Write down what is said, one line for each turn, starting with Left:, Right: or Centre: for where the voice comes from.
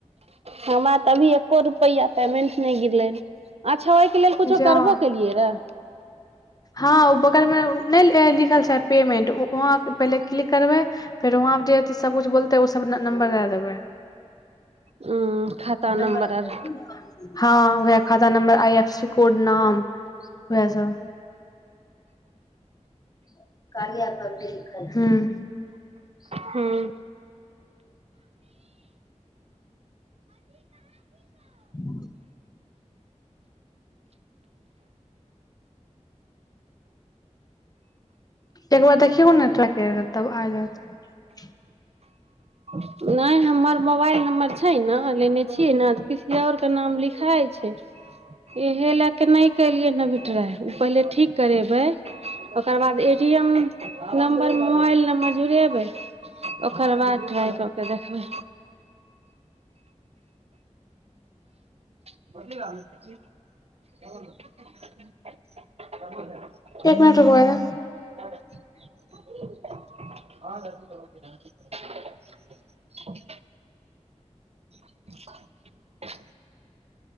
Right: हमरा तऽभी एको रुपैया पेमेंट नइ गिरलै रहे अ छै ओहिके लेल कुछो
Left: जा
Right: करबो केलियै रे
Left: ह उ बगल मे नहि लिखल छै पेमेंट वहाँं पहिले क्लिक करबै फेर वहांप जे सबकछ बोलतै उ सब नम्बर दए देबै
Right: ह खाता नम्बर
Left: <unintelligible>
Right: आर
Left: खाता number I F C code नाम वैह सब <unintelligible>
Right: हँ
Left: <inaudible> एक बार देखियौ ने तब आ जातै
Right: नहि हमर मोबाइल नम्बर छै ने लेने छियै न किसी और के नाम लिखाइ छै इहे ल के नहि केलियै ट्राइ उ पहिले ठीक करेबै ओकरबाद A T M number mobile number जुड़ेबै ओकर बाद ट्राइ कऽ तऽ देखबै <unintelligible>
Left: एक मिनट रुकबै ने।
Right: <unintelligible> ह